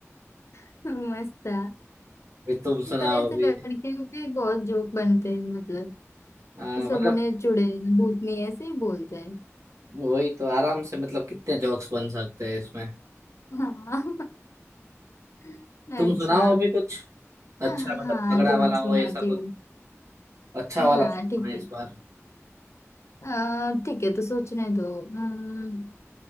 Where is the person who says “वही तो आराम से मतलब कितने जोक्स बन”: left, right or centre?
Right